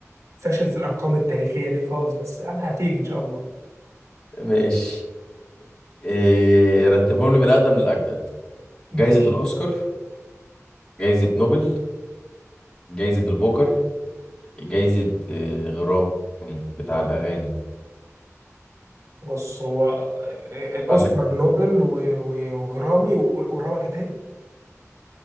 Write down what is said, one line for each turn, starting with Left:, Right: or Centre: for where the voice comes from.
Right: فاشل في الارقام التاريخيه دي خالص بس يعني هتيجي ان شاء الله
Left: ماشي إيه رتبهم لي من الأقدم للأجدد جايزة
Right: ماشي
Left: الأوسكار جايزة نوبل جايزة البوكر جايزة إيه، غرامي بتاع الأغاني
Right: بص هو الاوسكار
Left: عندك
Right: نوبل و- و- وغرامي و- والرابعه كانت ايه؟